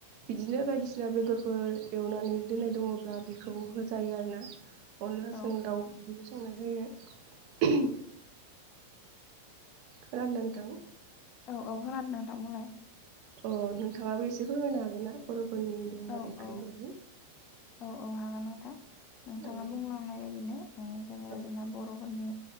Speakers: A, on the right (about 45°); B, on the left (about 30°).
A: बिदिनो बायदिसिना बेदरफोर एवनानै दोननाय दङब्ला बेखौ होजायो आरो ना। अनलाजों
B: औ
A: दाउ बिदिनो संनाय जायो। खोनांदोंना नोंथां?
B: औ औ खोनादों नोंथां बुंलाय।
A: अ नोंथाङाबो एसे फोरमायनो हागोन ना बरफोरनि दोंरोंङारि
B: औ
A: आरो ओंख्रिनि
B: औ
A: बागै।
B: औ औ हागोन नोंथां नोंथाङा
A: औ
B: बुंलांनाय बायदिनो ओ जेनेबा
A: औ नंगौ नोंथां औ नंगौ नोंथां औ नंगौ नोंथां औ नंगौ नोंथां औ नंगौ नोंथां औ नंगौ नोंथां औ नंगौ नोंथां औ नंगौ नोंथां औ नंगौ नोंथां औ
B: जोंना बरफोरनि